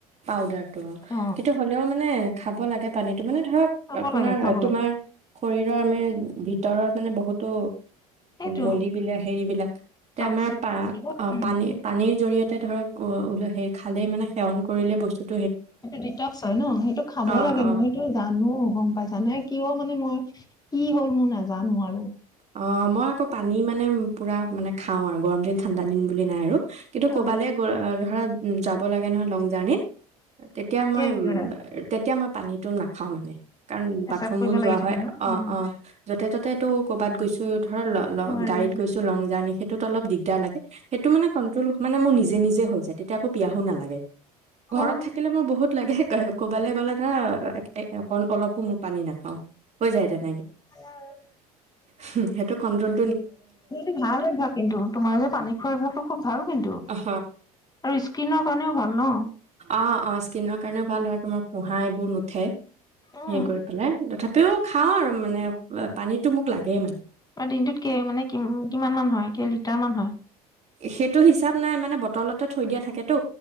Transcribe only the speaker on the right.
পাউদাৰটো অঁ
কিন্তু হ'লেও মানে খাব লাগে পানীটো মানে ধৰক
আপোনাৰ
তোমাৰ
শৰীৰৰ আমি ভ ভিতৰত মানে বহুতো
মলি বিলাক হেৰিবিলাক সেয়া
আমাৰ প
পানী পানীৰ জৰিয়তে ধৰক উল সেই খালে মানে সেৱন কৰিলে বস্তু
অ',
অ',
অ মই আকৌ পানী মানে পূৰা মানে খাওঁ আৰু গৰম দিন ঠাণ্ডা দিন বুলি নাই আৰু কিন্তু
কবালে গ ধৰা উ যাব লাগে নহয় লং জাৰ্ণিত তেতিয়া মই
উ
তেতিয়া মই পানীটো নাখাওঁ মানে কাৰণ
বাথৰুমো
যোৱা
হয়
অ
অ য'তে ত'তে তটো কবাত গৈছো ধৰ ল
গাড়ীত গৈছো লং জাৰ্ণি সেইটোত অলপ দিগদাৰ লাগে সেইটো মানে কণ্ট্ৰল মানে মোৰ নিজে নিজে হৈ যায় তেতিয়া আকৌ পিয়াহো নালাগে ঘৰত
থাকিলে মোৰ বহুত লাগে ক'বালৈ গ'লে ধৰা অ অলপো মোৰ পানী নাখাও হৈ যায় ত
সেইটো কন্ট্ৰল
অঁ
অঁ অঁ স্কিনৰ কাৰণেও ভাল ধৰা তোমাৰ পোঁহা এইবোৰ নুঠে সে
কৰি পেলাই তথাপি তও খাওঁ আৰু মানে পানীত টো মোক লাগে মানে
সেইটো হিচাপ নাই মানে বটলতে থৈ দিয়া থাকেতো